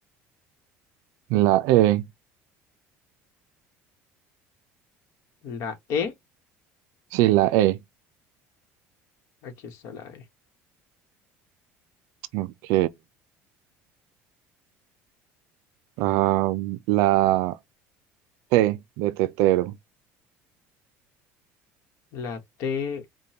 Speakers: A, on the right; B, on the left.
A: la E.
B: La E.
A: Sí, la E.
B: Aquí está la E.
A: Ok. Ah, la T de tetero.
B: La T.